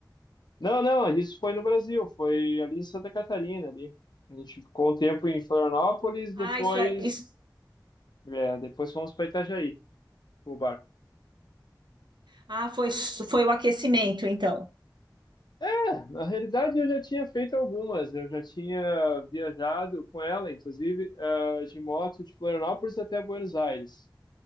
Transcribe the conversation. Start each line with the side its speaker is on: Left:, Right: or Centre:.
Left: Não, não, isso foi no Brasil, foi ali em Santa Catarina, ali. A gente ficou um tempo em Florianópolis,
Right: Ah,
Left: depois,
Right: isso é isso.
Left: é, depois fomos para Itajaí, com o barco.
Right: Ah, foi, s- foi o aquecimento, então.
Left: É, na realidade, eu já tinha feito algumas, eu já tinha viajado com ela, inclusive, eh, de moto de Florianópolis até Buenos Aires,